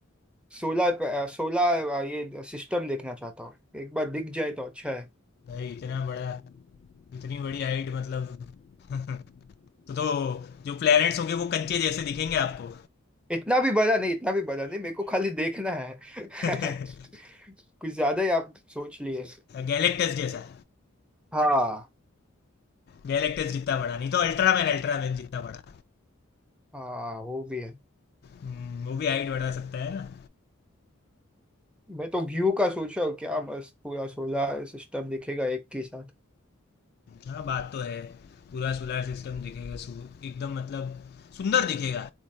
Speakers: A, in the centre; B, on the left.
A: सोलर सोलर ये सिस्टम देखना चाहता हूँ एक बार दिख जाए तो अच्छा है
B: भाई इतना बड़ा इतनी बड़ी हाइट मतलब <laughs> तो तो जो प्लैनेट्स होंगे वो कंचे जैसे दिखेंगे आपको
A: इतना भी बड़ा नहीं इतना भी बड़ा नहीं मेरे को खाली देखना है <laughs>
B: <laughs>
A: कुछ ज्यादा ही आप सोच लिए
B: गैलेक्टस जैसा
A: हाँ
B: गैलेक्टस जितना बड़ा नहीं तो अल्ट्रामैन अल्ट्रामैन जितना बड़ा
A: हाँ वो भी है
B: हम्म, वो भी हाइट बढ़ा सकता है ना
A: मैं तो व्यू का सोच रहा हूँ क्या मस्त पूरा सोलर सिस्टम दिखेगा एक के साथ
B: हाँ बात तो है पूरा सोलर सिस्टम दिखेगा सु एकदम मतलब सुंदर दिखेगा